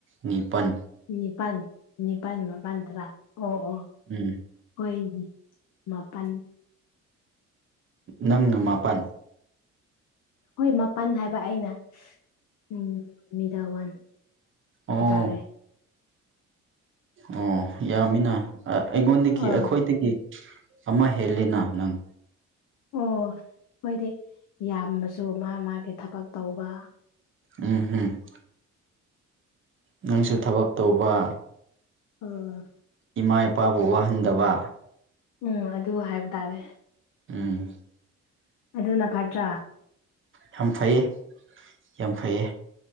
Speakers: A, on the right (about 40°); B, on the left (about 80°).
A: ꯅꯤꯄꯟ
B: ꯅꯤꯄꯥꯟ ꯅꯤꯄꯥꯟ ꯃꯄꯥꯟ ꯇꯔꯥ ꯑꯣ ꯑꯣ
A: ꯎꯝ
B: ꯍꯣꯏ ꯗꯤ ꯃꯥꯄꯟ
A: ꯅꯪꯅ ꯃꯥꯄꯟ
B: ꯍꯣꯏ ꯃꯄꯟ ꯍꯥꯏꯕ ꯑꯩꯅ ꯎꯝ ꯃꯤꯗꯜ ꯋꯥꯟ ꯍꯥꯏꯄ
A: ꯑꯣ
B: ꯇꯥꯔꯦ
A: ꯑꯣ ꯌꯥꯝꯃꯤꯅ ꯑ ꯑꯩꯉꯣꯟꯗꯒꯤ
B: ꯑ
A: ꯑꯩꯈꯣꯏꯗꯒꯤ ꯑꯃ ꯍꯦꯜꯂꯦꯅ ꯅꯪ
B: ꯑꯣ ꯈꯣꯏꯗꯤ ꯌꯥꯝꯃꯁꯨ ꯃꯥ ꯃꯥꯒꯤ ꯊꯕꯛ ꯇꯧꯕ
A: ꯎꯝ ꯍꯝ ꯅꯪꯁꯨ ꯊꯕꯛ ꯇꯧꯕ
B: ꯑꯣ
A: ꯏꯃꯥ ꯏꯄꯥꯕꯨ ꯋꯥꯍꯟꯗꯕ
B: ꯎꯝ ꯑꯗꯨ ꯍꯥꯏꯕ ꯇꯥꯔꯦ
A: ꯎꯝ
B: ꯑꯗꯨꯅ ꯐꯠꯇ꯭ꯔꯥ
A: ꯌꯝ ꯐꯩ ꯌꯥꯝ ꯐꯩꯌꯦ